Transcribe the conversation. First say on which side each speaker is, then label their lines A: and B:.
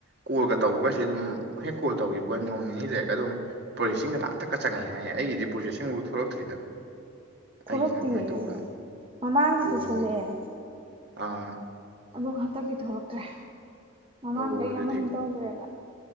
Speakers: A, on the right; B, on the right.
A: ꯀꯣꯜꯒ ꯇꯧꯕꯒꯦ ꯑꯗꯨꯝ ꯍꯦꯛ ꯀꯣꯜ ꯇꯧꯈꯤꯕ ꯍꯣꯏ ꯅꯣꯡ ꯅꯤꯅꯤ ꯂꯩꯔꯒ ꯑꯗꯨꯝ ꯄ꯭ꯔꯣꯁꯦꯁꯤꯡꯒ ꯂꯥꯥꯛꯑ ꯊꯛꯀ ꯆꯪꯉꯦ ꯍꯥꯏꯌꯦ ꯑꯩꯒꯤꯗꯤ ꯄ꯭ꯔꯣꯁꯦꯁꯤꯡꯕꯨ ꯊꯣꯛꯂꯛꯇ꯭ꯔꯤꯗ
B: ꯊꯣꯛꯂꯛꯇꯤꯌꯦ
A: ꯑꯩꯒꯤꯁꯤꯅ ꯀꯃꯥꯏꯅ
B: ꯑꯩꯁꯨ
A: ꯇꯧꯕꯅꯣ
B: ꯃꯃꯥꯡꯒꯤꯗꯨ
A: ꯑꯣ
B: ꯊꯣꯛꯂꯛꯑꯦ
A: ꯑꯥ
B: ꯑꯗꯨ ꯍꯟꯗꯛꯀꯤ ꯊꯣꯛꯂꯛꯇ꯭ꯔꯦ ꯃꯃꯥꯡꯗ
A: ꯑꯣ
B: ꯑꯩ
A: ꯑꯗꯨꯗꯤ
B: ꯑꯃꯅꯤ ꯇꯧꯒ꯭ꯔꯦꯕ